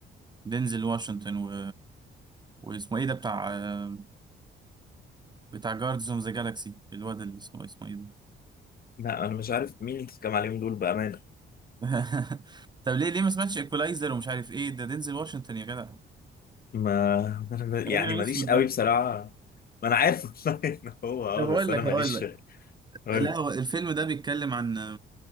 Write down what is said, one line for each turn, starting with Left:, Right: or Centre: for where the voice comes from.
Right: دينزل واشنطن و... واسمه ايه ده بتاع آه، بتاع جاردز اوف ذا جالاكسي الواد اللي اسمه اسمه ايه ده
Left: لا انا مش عارف مين اللي بتتكلم عليهم دول بأمانة
Right: <laughs> طب ليه ليه ما سمعتش ايكولايزر ومش عارف ايه ده دينزل واشنطن يا جدع
Left: ما <laughs>
Right: الراجل
Left: يعني
Right: الاسود
Left: ماليش قوي
Right: ده
Left: بصراحة ما انا عارف <laughs> والله ان هو اه
Right: طب اقول
Left: بس انا
Right: لك
Left: ماليش
Right: هقول لك
Left: قول
Right: لا هو الفيلم ده بيتكلم عن